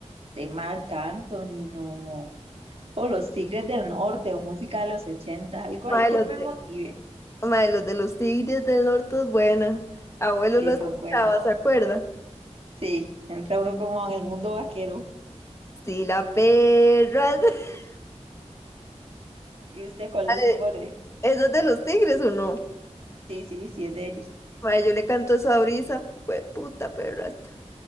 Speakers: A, on the right (about 55°); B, on the left (about 25°).
A: de Marc Anthony o, o Los Tigres del Norte o música de los 80, algo ahí
B: Mae,
A: que
B: los
A: me
B: de,
A: motive.
B: mae, los de los tigres del norte es buena. Abuelo
A: Sí,
B: lo escuchaba,
A: son buenas.
B: ¿se acuerda?
A: Sí, entra uno como en el mundo vaquero.
B: Sí, la perra. <laughs>
A: ¿Y usted cuál
B: Mae,
A: les pone?
B: ¿Eso es de los tigres o no?
A: Sí, sí, sí, es de ellos.
B: Mae, yo le canto eso a Brisa. Fue puta perra esta.